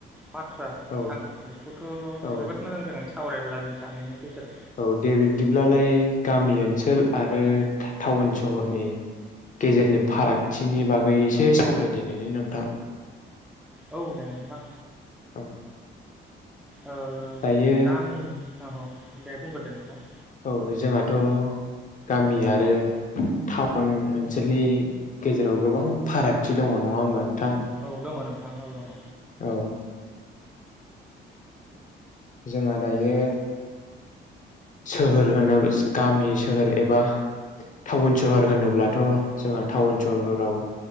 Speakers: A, in the centre; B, on the left.
A: बाथ्रा
B: औ
A: नोंथां बेखौथ'
B: औ
A: जोबोद मोजां जागोन सावराय अला जों सानैनि गेजेराव
B: औ दे बिब्दिब्लालाय गामि ओनसोल आरो टाउन सहरनि गेजेरनि फारागथिनि बागै एसे सावराय दिनैनि नोंथां।
A: औ दे नोंथां।
B: औ
A: ओ
B: दायो
A: गामि हो अ बुंगोरदो नोंथां
B: औ जोंहाथ' गामि आरो टाउन ओनसोलनि गेजेराव गोबां फारागथि दङ नङा होमबा? नोंथां
A: औ दङ नों थांनांगौ दङ
B: औ जोंहा दायो सोहोर होनो गामि सोहोर एबा टाउन सोहोर होनोब्लाथ' जोंहा टाउन सोहोराव